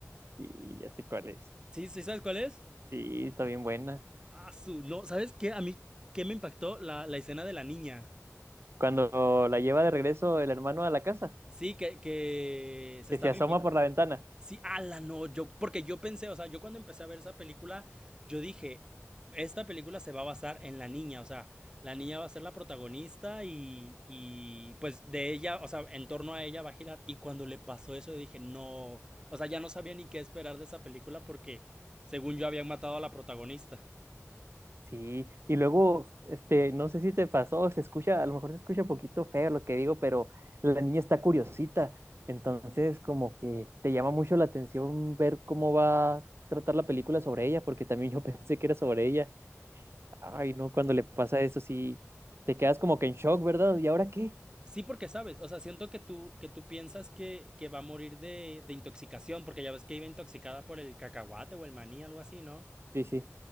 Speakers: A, on the right (about 50°); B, on the right (about 15°).
A: Y ya sé cuál es.
B: ¿Sí, sí sabes cuál es?
A: Sí, está bien buena.
B: Ah, su, no, ¿sabes qué? A mí, ¿qué me impactó? La, la escena de la niña.
A: Cuando la lleva de regreso el hermano a la casa,
B: Sí, que, que se
A: que
B: estaba
A: se asoma
B: infectando.
A: por la ventana.
B: Sí, ala, no, yo, porque yo pensé, o sea, yo cuando empecé a ver esa película, yo dije, esta película se va a basar en la niña, o sea, la niña va a ser la protagonista y, y pues de ella, o sea, en torno a ella va a girar. Y cuando le pasó eso, yo dije, no, o sea, ya no sabía ni qué esperar de esa película porque, según yo, habían matado a la protagonista.
A: Sí, y luego, este, no sé si te pasó, se escucha, a lo mejor se escucha un poquito feo lo que digo, pero la niña está curiosita. Entonces, como que te llama mucho la atención ver cómo va a tratar la película sobre ella, porque también yo <laughs> pensé que era sobre ella. Ay, no, cuando
B: <laughs>
A: le pasa eso sí te quedas como que en shock, ¿verdad? ¿Y ahora qué?
B: Sí, porque sabes, o sea, siento que tú, que tú piensas que, que va a morir de, de intoxicación, porque ya ves que iba intoxicada por el cacahuate o el maní, algo así, ¿no?
A: Sí, sí,